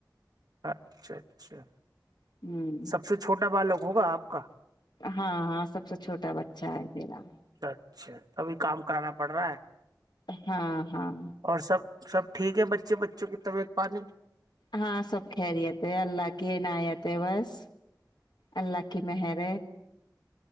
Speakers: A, on the right; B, on the left.
A: اچھا اچھا
B: ہ
A: سب سے چھوٹا بالک ہوگا آپ کا
B: ہاں ہاں سب سے چھوٹا بچہ ہے ما
A: اچھا اچھا ابھی کام کرانا پڑ رہا ہے
B: ہاں ہاں
A: اور سب سب ٹھیک ہے بچے بچوں کی طبیعت پانی
B: ہاں سب خیریت ہے اللہ کی عنایت ہے بس اللہ کی مہر